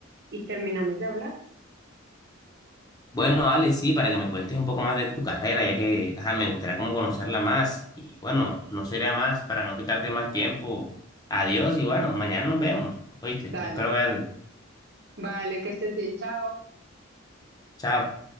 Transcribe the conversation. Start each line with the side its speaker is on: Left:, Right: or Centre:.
Right: y terminamos de hablar?
Left: Bueno, Ale, sí, para que me cuentes un poco más de tu carrera, ya que ajá, me gustaría como conocerla más. Y bueno, no sería más para no quitarte más tiempo. Adiós y bueno, mañana nos vemos. ¿Oíste?
Right: Dale.
Left: Espero verte.
Right: Vale, que estés bien, chao.
Left: Chao.